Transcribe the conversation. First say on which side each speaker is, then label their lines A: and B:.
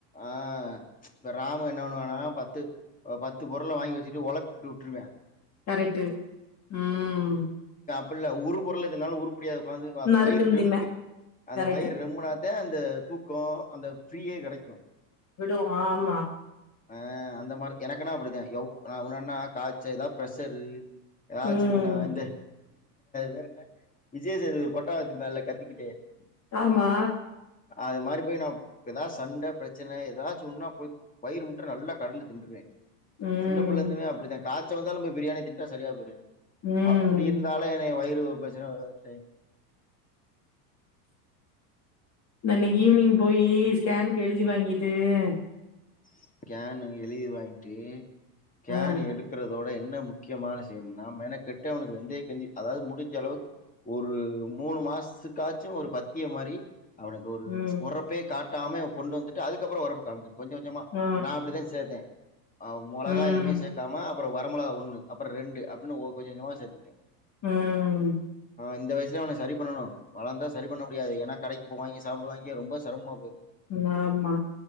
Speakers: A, on the left (about 15°); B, on the left (about 35°).
A: ஆஹ் <unintelligible> இப்ப ராமு என்ன பண்ணுவன்னா பத்து பத்து பொருளை வாங்கி வச்சுட்டு ஒலப்பி உட்டு வுட்டுருவேன்
B: கரெக்ட்டு உம்
A: புல்ல ஒரு பொருள தின்னாலும் உரு டியதுக்கு வந்து அந்த
B: நறுக்குந்திம்பே
A: வயிறு ரெம்பி அந்த
B: கரெக்ட்டு
A: வயிறு ரெம்புனா அந்த தூக்கம் அந்த ஃப்ரீயே கிடைக்கும்
B: விடும் ஆமா
A: ஆஹ் அந்த மாரி எனக்குனா அப்படிதேன் எவ நான் ஒன்னன்னா காய்ச்ச ஏதாவது ப்ரெஷரு எதாச்சி
B: ம்
A: இதுனா இந்த வேற என்ன விஜய்சேதுபதி போரட்டா வச்சி திம்பால க்கிட்டே
B: ஆமா
A: அது மாரி போய் நான் ஏதாவது சண்டை பிரச்சனை ஏதாச்சி ஒன்னுன்னா வயிறு முட்ட நல்லா கடையில தின்றுவேன்
B: ம்
A: சின்ன புள்ளைருந்துமே அப்படிதான் காய்ச வந்தாலும் போய் பிரியாணி திண்டா சரியா போயிரும் எனக்கு
B: ம்
A: அப்படி இருந்தாலும் என்னைய வயிறு ஒரு பிரச்சனையும் வராது
B: நான் இன்னைக்கி ஈவினிங் போய் ஸ்கேனுக்கு எழுதி வாங்கி <unintelligible>
A: ஸ்கேனு எழுதி வாங்கிட்டு ஸ்கேன்
B: ஆ
A: எடுக்கறதோட இப்ப என்ன முக்கியமான விஷயம்னா மெனக்கிட்டு அவனுக்கு வெந்தயக்கஞ்சி அதாவது முடிஞ்ச அளவுக்கு ஒரு மூணு மாசத்துக்காச்சும் ஒரு பத்தியம் மாரி அவனுக்கு ஒரு
B: ம்
A: உறப்பே கா டாமே கொண்டு வந்துட்டு அதுக்கப்புறம் ஒரப்ப காமிக்கணும் கொஞ் சோஞ்சமா
B: ஆ
A: நான் அப்படித்தான் சேர்த்தேன் மொளகா
B: ம் ம்
A: எதுவுமே சேர்க்காம அப்புறம் வரமளகா ஒண்ணு அப்புறம் ரெண்டு அடின்னு கொஞ் கொஞ்சமா சேத் <inaudible>
B: உஹம்
A: இந்த வயசல அவனை சரி பண்ணணும் வளர்ந்தால் சரி பண்ண முடியாது ஏன்ன கடைக்கு போவாங்க சாப்டுவாங்கா ரொம்ப சிரமமாக போயிடும்
B: ஆமா ஆமா